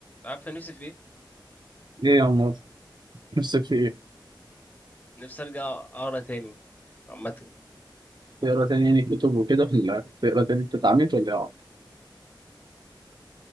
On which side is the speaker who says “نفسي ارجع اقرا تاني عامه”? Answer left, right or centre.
Left